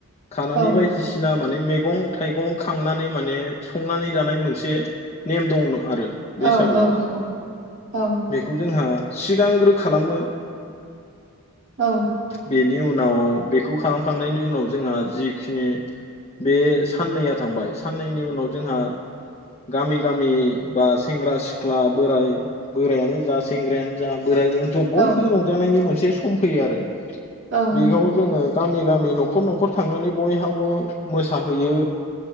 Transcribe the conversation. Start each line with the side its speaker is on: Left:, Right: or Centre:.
Left: खानानै
Right: औ
Left: बायदिसिना माने मैगं थाइगं खांनानै माने संनानै जानाय मोनसे नेम दंनो। आरो बैसागोआव
Right: औ औ
Left: माने
Right: औ
Left: बेखौ जोंहा सिगांग्रो खालामो।
Right: औ
Left: बेनि उन नाव बेखौ खालामखांनायनि उनाव जोंहा जिखिनि बे साननैया थांबाय साननैनि उनाव जोंहा गामि गामि बा सेंग्रा सिख्ला बोराय बोरायानो जा सेंग्रायानो बोरायथ' बयबो
Right: औ
Left: रंजानायनि मोन से सम फैयो आरो।
Right: औ नंगौ
Left: बेखौ जोङो गामि गामि न'खर न'खर थांनानै बयहाबो मोसाहोयो